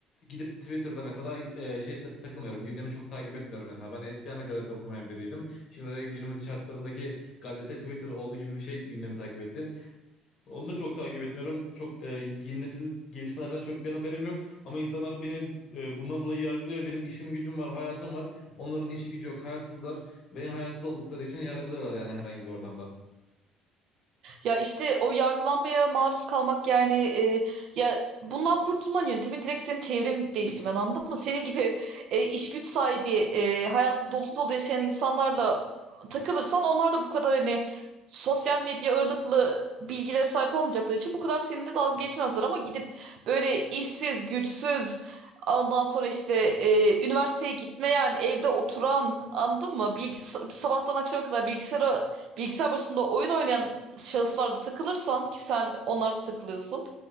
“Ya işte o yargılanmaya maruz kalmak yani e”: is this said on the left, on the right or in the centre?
Right